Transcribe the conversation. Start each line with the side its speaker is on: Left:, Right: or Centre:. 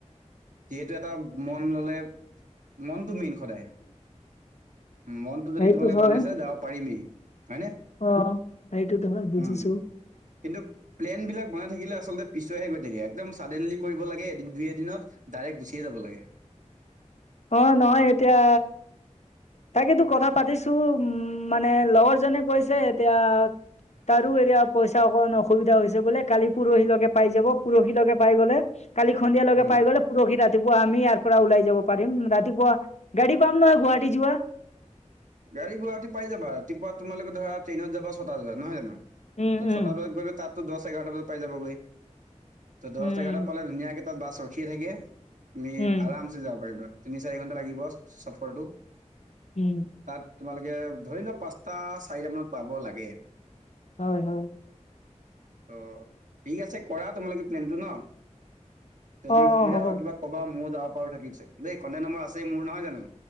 Right: যিহেতু এটা মন গলে মনটো মেইন সদায়। মনতটো যদি
Left: সেইটো
Right: তোমালোকে
Left: হয়
Right: বান্ধি লৈছে যাব পাৰিমেই হয়নে।
Left: অ সেইটো হয় বুজিছো।
Right: উম কিন্তু প্লেন বিলাক প্লেন থাকিলে পিছোৱাই আচলতে গৈ থাকে একদম চাডেনলি কৰিব লাগে এদিন দুই এদিন ডাইৰেক্ট গুচিয়ে যাব লাগে।
Left: অ নহয় এতিয়া তাকেইতো কথা পাতিছো উম মানে লগৰ জনে কৈছে এতিয়া তাৰো এতিয়া পইচা অকণমান অসুবিধা হৈছে বোলে কালি পোৰহিলৈকে পাই যাব পোৰহিলৈকে পাই গলে কালি সন্ধিয় লগে
Right: উম
Left: পাই গ'লে পুৰহি ৰাতিপুৱা আমি ইয়াৰ পৰা ওলাই যাব পাৰিম ৰাতিপুৱা গাড়ী পাম নহয় গুৱাহাটী যোৱা।
Right: গাড়ী গুৱাহাটী পাই যাব ৰাতিপুৱা তোমালোকে ধৰা ট্ৰেইনত যাব ছটা বজাত নহয় জানো।
Left: উম
Right: ত
Left: উম
Right: ছটা বজাত গ'লে তাতো দহ এঘাৰটা বজাত পাই যাবলৈ। ত দহ
Left: উম
Right: এঘাৰটা পালে ধুনীয়াকে তাত বাছ ৰখিয়ে থাকে তুমি
Left: উম
Right: আৰাম চে যাব পাৰিবা তিনি চাৰি ঘন্টা লাগিব চফৰটো।
Left: উম।
Right: তাত তোমালোকে ধৰি লোৱা পাঁচটা চাৰিটা মানত পাব লাগে।
Left: হয় হয়।
Right: অ' ঠিক আছে কৰা তোমালোকে প্লেনটো ন। যদি
Left: অ
Right: অসুবিধা
Left: অ হ'ব
Right: হয় কিবা কবা মইও যাব পাৰো থাকিছে দেই। কণ্টেকট নম্বৰ আছেই মোৰ নহয় জানো।